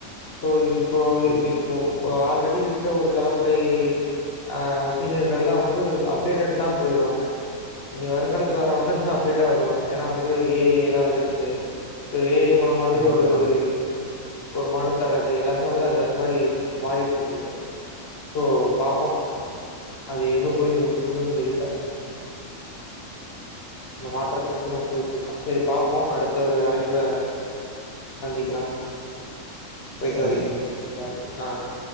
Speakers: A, on the left (about 50°); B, on the right (about 45°).
A: பொய் போய்
B: ம்.
A: இப் போ ப ஆல்ரெடி இருக்க ஒரு தலமுறை அ சீனியர்கள்ல்லா வந்து அப் டேட்டெட் ல்லா போயிர்வாங்க இனி வருங்காலத்துல வர்றவங்கலா இன்னு அப்டேட்டா வருவாங்க ஏன்னா வந்து ஏ ஐ எல்லா வந்துர்ச்சு ஏ ஐ மூலமாவே
B: ஆமா,
A: ஒருய்
B: ஆமா.
A: ஒரு மனு தர்றது எல்லாமே வந்து அது அந்த மாரி மாறிட்ருக்குது சோ பாப்போ அது எங்க போய் மொய் முடியுன் தெரில அந்த மாற்றத்த நோக்கி நம் போயிட்ருக்கோ சரி பாப்போ அடுத்த ஒரு அழைப்புல தந்திக்லான் போய்ட்டு
B: சரி.
A: வருகிறேன் பாய் அ ஹ